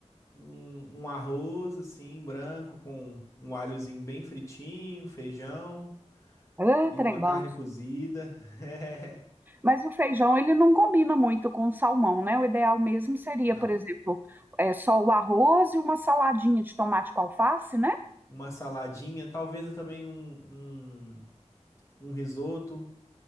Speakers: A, on the left (about 25°); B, on the right (about 15°).
A: um, um arroz assim, branco, com um alhozinho bem fritinho, feijão
B: ah,
A: e
B: trem
A: uma carne
B: bom.
A: cozida. <laughs> É,
B: Mas o feijão, ele não combina muito com o salmão, né? O ideal mesmo seria,
A: não.
B: por exemplo, é, só o arroz e uma saladinha de tomate com alface, né?
A: Uma saladinha, talvez também um, um, um risoto